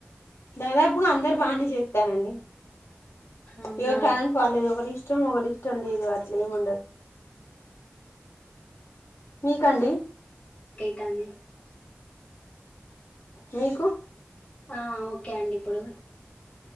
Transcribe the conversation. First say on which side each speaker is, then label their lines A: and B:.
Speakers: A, on the left; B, on the left.
A: దాదాపుగా అందరు బానే చేస్తారండి
B: అవునా
A: ఎవరి టాలెంట్ వాలది ఒకరి ఇష్ట ఇష్టం ఒకడు ఇష్టం లేదు అట్లా ఏముండదు మీకండి
B: ఎక్కనీ
A: మీకు
B: ఆ ఓ ఓకే అండి ఇప్పుడు